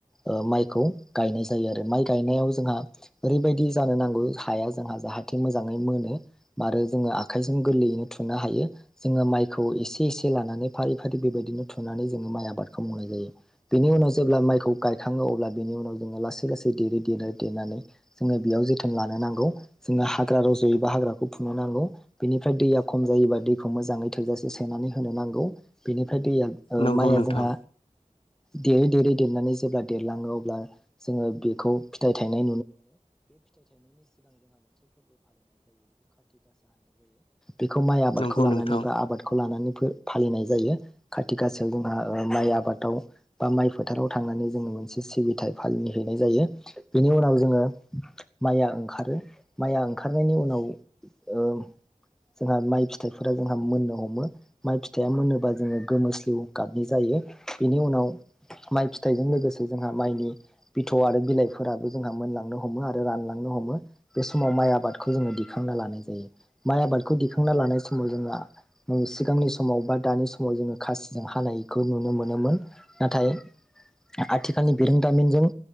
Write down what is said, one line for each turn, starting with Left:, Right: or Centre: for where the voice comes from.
Centre: ओ माइखौ गायनाय जायो आरो माइ गायनायाव जोंहा ओरैबायदि जानो नांगौ हाया जोंहा जाहाथे मोजाङै मोनो आरो जोङो आखाइजों गोरलैयैनो थुनो हायो जोङो माइखौ एसे एसे लानानै फारि फारि बेबायदिनो थुनानै जोङो माइ आबादखौ मावनाय जायो। जेब्ला माइखौ गायखाङो अब्ला बेनि उनाव जोङो लासै लासै देरै देरै देरनानै जोङो बेयाव जोथोन लानो नांगौ जोङो हाग्रा रजयोबा हाग्राखौ फुनो नांगौ बेनिफ्राय दैया खम जायोबा दैखौ मोजाङै थोजासे सोनानै होनो नांगौ। ओमफ्राय दैया ओ
Left: नंगौ
Centre: माइआ
Left: नोंथां
Centre: जोंहा दे देरै देरनानै जेब्ला देरलाङो अब्ला जोङो बेखौ फिथाइ थायनाय बेखौ माइ आबादखौ
Left: नंगौ
Centre: लानानै
Left: नोंथां
Centre: बा आबादखौ लानानै फो फालिनाय जायो खाथि गासायाव जोंहा ओ माइ आबादाव बा माइ फो थाराव थांनानै जोङो मोनसे सिबिथाय फालि हैनाय जायो बेनि उनाव जोङो माइया ओंखारो माइया ओंखारनायनि उनाव ओ जोंहा माइ फिथाइफोरा जोंहा मोननो हमो माइ फिथाइया मोनोबा जोङो गोमोस्लिउ गाबनि जायो बेनि उनाव माइ फिथाइजों लोगोसे जोंहा माइनि बिथ' आरो बिलाइफोराबो जोंहा मोनलांनो हमो आरो रानलांनो हमो बे समाव माइ आबादखौ जोङो दिखांना लानाय जायो माइ आबादखौ दिखांना लानाय समाव जोंहा सिगांनि समाव बा दानि समाव जोङो खासिजों हानायखौ नुनो मोनोमोन नाथाय आथिखालनि बिरोंदामिनजों